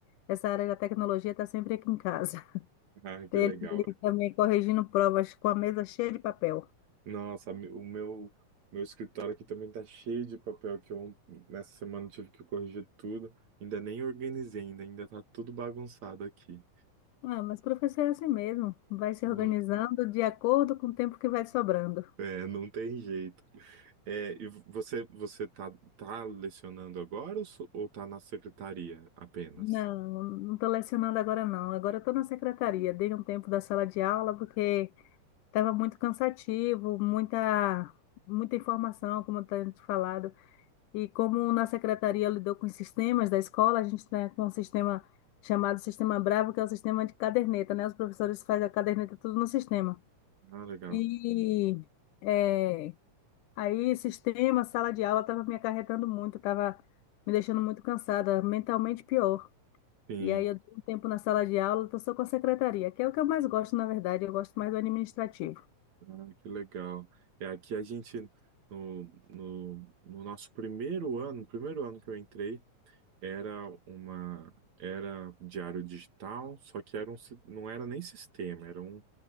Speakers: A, on the left (about 80°); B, on the right (about 55°).
A: essa área da tecnologia está sempre aqui em casa. <laughs>
B: Ah, que
A: Ele,
B: legal.
A: ele
B: é.
A: também corrigindo provas com a mesa cheia de papel.
B: Nossa, mi- o meu, meu escritório aqui também tá cheio de papel que eu nessa semana tive que corrigir tudo. Ainda nem organizei ainda, ainda tá tudo bagunçado aqui.
A: Ah, mas professor é assim mesmo, vai se
B: Não,
A: organizando de acordo com o tempo que vai sobrando.
B: é, não tem jeito. É, e você, você tá, tá lecionando agora ou, so- ou tá na secretaria apenas?
A: Não, não estou lecionando agora não. Agora estou na secretaria. Dei um tempo da sala de aula porque Tava muito cansativo, muita, muita informação, como eu tenho te falado. E como na secretaria lidou com os sistemas da escola, a gente tem um sistema chamado Sistema Bravo, que é o sistema de caderneta, né? Os professores fazem a caderneta tudo no sistema.
B: Ah, legal.
A: E é, aí, sistema, sala de aula, estava me acarretando muito, estava me deixando muito cansada, mentalmente pior.
B: Sim.
A: E aí, eu dei um tempo na sala de aula, estou só com a secretaria, que é o que eu mais gosto, na verdade, eu gosto mais do administrativo.
B: Ah, que legal. É, aqui a gente, no, no, no nosso primeiro ano, primeiro ano que eu entrei, era uma, era diário digital, só que era um, si- não era nem sistema, eram